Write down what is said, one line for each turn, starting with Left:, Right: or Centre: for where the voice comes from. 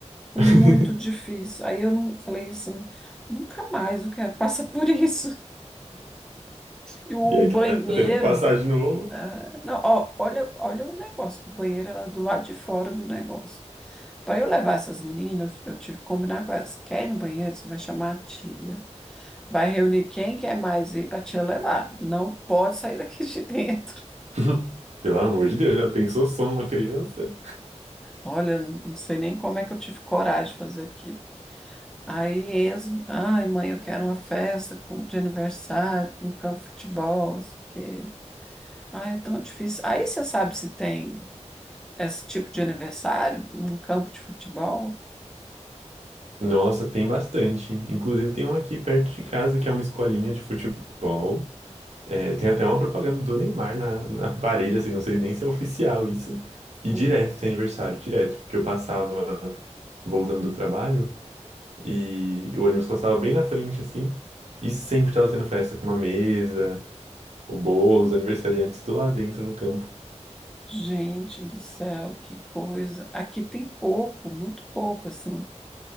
Centre: Foi
Right: <laughs>
Centre: muito difícil. Aí eu não falei assim, nunca mais eu quero passar por isso. E o
Right: E aí
Centre: banheiro,
Right: tá tendo que passar de novo.
Centre: ah, não, ó, olha, olha o negócio. O banheiro era do lado de fora do negócio. Para eu levar essas meninas, eu tive que combinar com elas. Quer ir no banheiro? Você vai chamar a tia. Vai reunir quem quer mais ir para te levar. Não pode sair <laughs> daqui de dentro.
Right: <laughs> Pelo amor de Deus, já pensou só numa criança?
Centre: Olha, não não sei nem como é que eu tive coragem de fazer aquilo. Aí Enzo, ai mãe, eu quero uma festa com- de aniversário, com campo de futebol, não sei o quê. Ai, é tão difícil. Aí você sabe se tem esse tipo de aniversário num campo de futebol?
Right: Nossa, tem bastante. Inclusive tem um aqui perto de casa que é uma escolinha de futebol. É, tem até uma propaganda do Neymar na, na parede, assim, não sei nem se é oficial isso. E direto,
Centre: Hum,
Right: tem aniversário, direto, porque eu passava voltando do trabalho e o ônibus passava bem na frente, assim, e sempre tava tendo festa, com uma mesa, o bolo, os aniversariantes tudo lá dentro no campo.
Centre: Gente do céu, que coisa. Aqui tem pouco, muito pouco, assim.